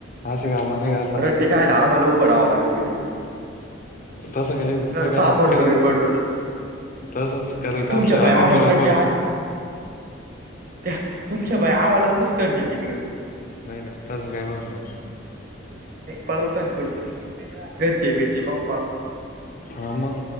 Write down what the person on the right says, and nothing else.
रट्टे खायला आम्हाला उभं राहावं लागेल तिकडे
जर सापडलो
बिपडलो
तर
तुमच्या पाय
आम्हाला
रट्टे
आण
त्या तुमच्या बाई आम्हालाच कुसकरते तिकडं.
पळवताय ना थोडंसं. घ घरचे बिरचे पाहून पाळ